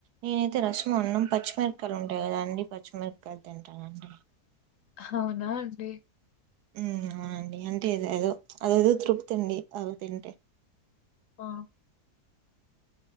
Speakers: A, on the right; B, on the left.
A: నేనైతే రసం అన్నాం పచ్చిమిరకాయలు ఉంటాయి కదా అండి పచ్చిమిరకాయ తింటాను అండి
B: హవునా అండి
A: హమ్ అవునండి అంటే ఏద ఏదో అదేదో తృప్తి అండి అది తింటే
B: ఆ